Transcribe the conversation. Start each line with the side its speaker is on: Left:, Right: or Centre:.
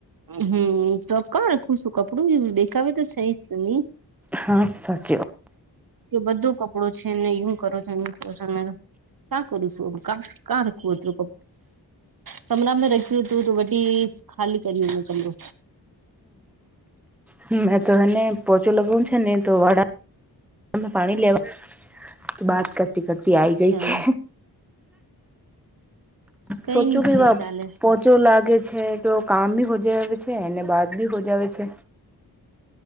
Right: હમ્મ તો કોણખું શું કપડું દેખાવે તો છે જ નહી.
Centre: હા સાચી વાત.
Right: કે બધો કપડો છે ને હું કરો છો ને કરો છો કા કરીશું કા કપડુ કમરામાં રાખ્યું હતું તો વડી ખાલી કરિયો કમરો
Centre: હમ્મ એ તો એને પોચેલો બઉ છે ને તો વડા ત પાણી લેવા બાત કરતી કરતી આઈ
Right: અચ્છા
Centre: ગઈ છે.
Right: કઈ
Centre: સોચો
Right: ની
Centre: કે
Right: છે
Centre: વા
Right: ચાલે છે
Centre: પોત ચો લાગે છે તો કામ બી હો જાવે છે એને બાદ બી હોજાવે છે.